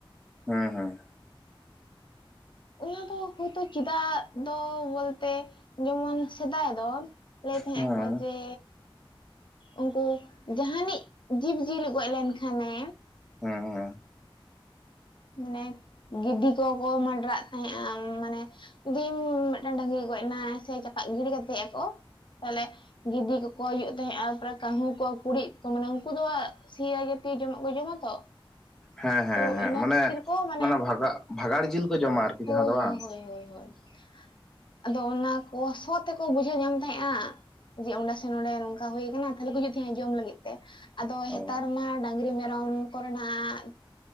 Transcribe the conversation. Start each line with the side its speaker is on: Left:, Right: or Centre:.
Centre: ᱦᱩᱸ ᱦᱩᱸ
Left: ᱚᱱᱟ ᱫᱚ ᱦᱳᱭᱛᱳ ᱪᱮᱫᱟᱜ ᱫᱚ ᱵᱚᱞᱛᱮ ᱡᱮᱢᱚᱱ ᱥᱮᱫᱟᱭ ᱫᱚ, ᱞᱟᱹᱭ ᱮᱫ ᱛᱟᱦᱮᱸ
Centre: ᱦᱩᱸ
Left: ᱠᱚ ᱡᱮ ᱩᱱᱠᱩ ᱡᱟᱦᱟᱱᱤᱡ ᱡᱤᱵᱽ ᱡᱤᱭᱟᱹᱞᱤ ᱜᱚᱡ ᱞᱮᱱᱠᱷᱟᱱᱮ
Centre: ᱦᱩᱸ ᱦᱩᱸ
Left: ᱢᱟᱱᱮ ᱜᱤᱫᱤ ᱠᱚᱠᱚ ᱢᱟᱰᱨᱟᱜ ᱛᱟᱦᱮᱸᱜᱼᱟ ᱢᱟᱱᱮ, ᱡᱩᱫᱤᱢ ᱢᱤᱫᱴᱟᱝ ᱰᱟᱹᱝᱨᱤ ᱜᱚᱡ ᱮᱱᱟ ᱥᱮ ᱪᱟᱯᱟᱫ ᱜᱤᱲᱤ ᱠᱟᱛᱮᱜ ᱟᱠᱚ ᱛᱟᱦᱚᱞᱮ ᱜᱤᱫᱤ ᱠᱚᱠᱚ ᱦᱩᱭᱩᱜ ᱛᱟᱦᱮᱸᱜ-ᱟ ᱯᱨᱟ ᱠᱟᱹᱦᱩ ᱠᱚ ᱠᱩᱲᱤᱫ ᱠᱚ ᱢᱟᱱᱮ ᱩᱱᱠᱩ ᱫᱚ ᱥᱤᱭᱟ ᱡᱟᱹᱛᱤ ᱡᱚᱢᱟᱜ ᱠᱚ ᱡᱚᱢᱟ ᱛᱚᱼᱼ
Centre: ᱦᱮᱸ ᱦᱮᱸ
Left: ᱛᱚ
Centre: ᱦᱮᱸ
Left: ᱤᱱᱟᱹ
Centre: ᱢᱟᱱᱮ
Left: ᱠᱷᱟᱹᱛᱤᱨ ᱠᱚ ᱢᱟᱱᱮ
Centre: ᱵᱷᱟᱜᱟᱜ ᱵᱷᱟᱜᱟᱲ ᱡᱤᱞ ᱠᱚ ᱡᱚᱢᱟ ᱟᱨᱠᱤ
Left: ᱦ
Centre: ᱡᱟᱦᱟᱸ ᱫᱚ
Left: ᱦ
Centre: ᱵᱟᱝ
Left: ᱦᱳᱭ ᱦᱳᱭ <inaudible> ᱟᱫᱚ ᱚᱱᱟ ᱠᱚ ᱥᱚ ᱛᱮᱠᱚ ᱵᱩᱡᱷᱽᱟᱹᱣ ᱧᱟᱢ ᱛᱟᱦᱮᱸᱜᱼᱟ ᱾ ᱡᱮ ᱚᱸᱰᱮ ᱥᱮ ᱱᱚᱰᱮ ᱱᱚᱝᱠᱟ ᱦᱩᱭᱠᱟᱱᱟ᱾ ᱛᱟᱦᱞᱮ ᱠᱚ ᱦᱤᱡᱩᱜ ᱛᱟᱦᱮᱸᱜᱼᱟ ᱡᱚᱢ ᱞᱟᱹᱜᱤᱫ ᱛᱮ, ᱟᱫᱚ
Centre: ᱦᱩᱸ
Left: ᱦᱮᱸᱛᱟᱨ ᱢᱟ ᱰᱟᱝᱨᱤ ᱢᱮᱨᱚᱢ ᱠᱚᱨᱮᱱᱟᱜ